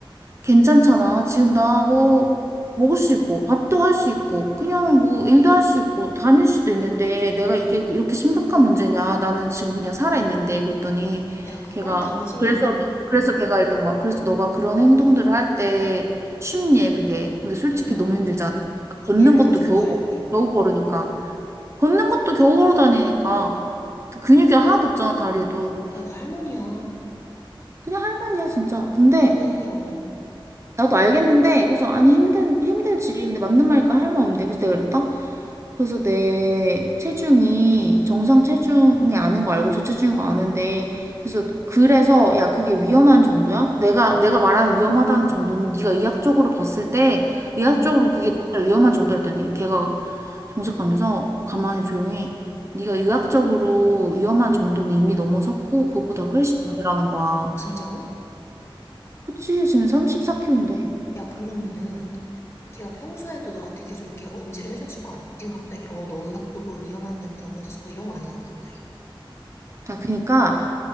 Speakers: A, on the right; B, on the left.
A: 괜찮잖아. 지금 나 뭐 먹을 수 있고, 밥도 할 수 있고, 그냥 뭐 일도 할 수 있고, 다닐 수도 있는데 내가 이게 이렇게 심각한 문제냐? 나는 지금 그냥 살아있는데 그랬더니
B: 야, 그거랑
A: 걔가
B: 다르지.
A: 그래서 그래서 걔가 이러는 거야. 그래서 너가 그런 행동들을 할 때 쉽니 그게. 근데 솔직히
B: 음,
A: 너무 힘들잖아. 걷는
B: 예를
A: 것도
B: 들어서
A: 겨우
B: 뭐 할 때.
A: 겨우 걸으니까. 걷는 것도 겨우 걸어 다니니까 근육이 하나도 없잖아 다리에도.
B: 야, 너 할머니야.
A: 그냥 할머니야 진짜. 근데
B: 아니, 어,
A: 나도 알겠는데 그래서 아니 힘든 힘들지 근데 맞는 말이니까 할 말 없는데 그래서 내가 그랬다 그래서 내 체중이 정상 체중이 아닌 거 알고 저체중인 거 아는데 그래서 그래서 야 그게 위험한 정도야? 내가 내가 말하는 위험하다는 정도는 네가 의학적으로 봤을 때 의학적으로
B: 응,
A: 그게 진짜 위험한 정도였더니 걔가 정색하면서 가만히 조용히 네가 의학적으로 위험한 정도는 이미 넘어섰고 그것보다 훨씬 많으라는 거야.
B: 진짜로?
A: 그치 지금 34kg인데.
B: 야, 그러면은 걔가 평소에도 너한테 계속 이렇게 언질을 해줬을 거 아니야? 지금 갑자기 어, 너 의학적으로 위험한 단계 넘어졌어 이런 거 아니잖아, 갑자기.
A: 아, 그니까